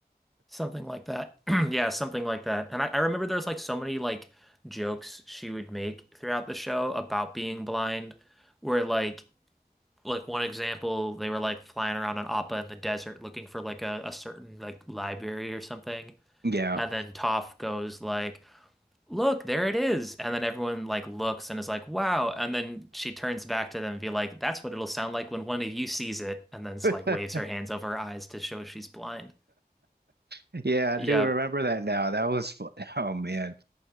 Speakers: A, in the centre; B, on the right.
A: Something like that. <clears throat> Yeah, something like that. And I, I remember there's like so many like jokes she would make throughout the show about being blind, where like like one example, they were like flying around on Appa in the desert looking for like a, a certain like library or something.
B: Yeah.
A: And then Toph goes like, look, there it is. And then everyone like looks and is like, wow. And then she turns back to them and be like, that's what it'll sound like when one of you sees it. And then it's like
B: <laughs>
A: waves her hands over her eyes to show she's blind.
B: Yeah,
A: Yeah.
B: I do remember that now. That was fun. Oh man.